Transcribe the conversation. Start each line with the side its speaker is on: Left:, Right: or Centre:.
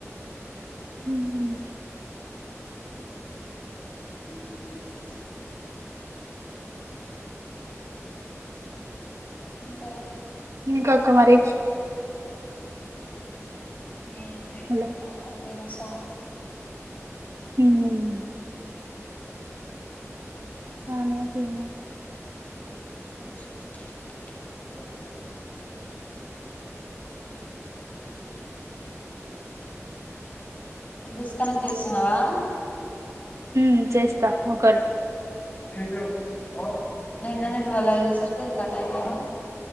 Right: మ్మ్
Left: <unintelligible> ఇంకా
Right: ఇకా అక్క మరి
Left: ఏం లే
Right: అలా
Left: <unintelligible> తనే
Right: మ్మ్ అనా చెన
Left: <unintelligible> డిస్కనెక్ట్ చేస్తున్నావా
Right: మ్మ్ చేస్తా ఒకరు
Left: <unintelligible> నేను నీన్నటివల్ల అయిన సరికి అది కట్ అయిపోయింది